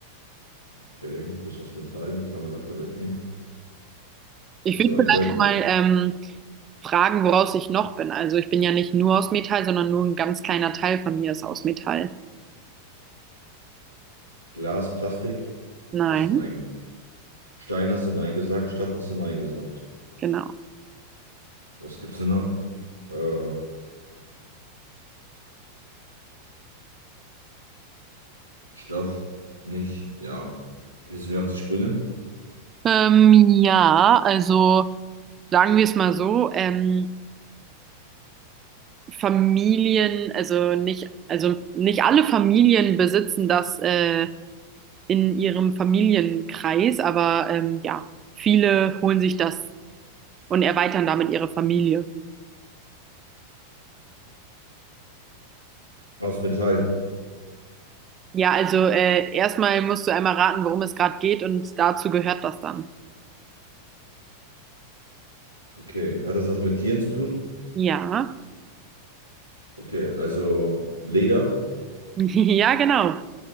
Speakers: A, on the right; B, on the right.
A: Okay, du bist aus Metall, die kann man locker mitnehmen.
B: Ich
A: Bist
B: würde
A: du ein
B: vielleicht
A: Dirk?
B: mal ähm, fragen, woraus ich noch bin. Also ich bin ja nicht nur aus Metall, sondern nur ein ganz kleiner Teil von mir ist aus Metall.
A: Glas, Plastik?
B: Nein,
A: Hast du nein. Stein hast du nein gesagt, Stoff hast du nein gesagt.
B: genau.
A: Was gibt's denn noch? Äh, Stoff nicht. Ja. Hilfst du mir auf die Sprünge?
B: Ähm, ja, also sagen wir es mal so. Ähm, Familien, also nicht, also nicht alle Familien besitzen das äh, in ihrem Familienkreis, aber ähm, ja, viele holen sich das und erweitern damit ihre Familie.
A: Aus Metall.
B: Ja, also äh, erstmal musst du einmal raten, worum es gerade geht und dazu gehört das dann.
A: Okay. Hat das was mit Tieren zu tun?
B: Ja,
A: Okay, also Leder?
B: <laughs> ja, genau.